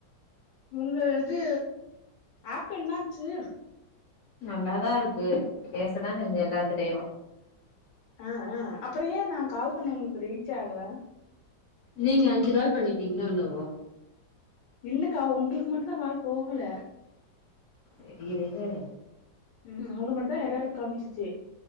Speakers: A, on the left (about 75°); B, on the left (about 50°).
A: உங்க இது அப் என்னாச்சு
B: நல்லாதா இருக்கு பேசதா செஞ்சே எல்லாத்திட்டயு
A: அ அ அப்றோ ஏ நா கால் பண்ண உங்களுக்கு ரீச் ஆகல
B: நீங்க அஞ்சு கால் பண்ணிட்டீங்களோ எண்ணவோ
A: இல்லக்கா உங்களுக்கு மட்டு தா கால் போகல
B: தெரிலையே
A: ம் அவுங்க மட்டு தா எர்ரர் காமிச்சுச்சி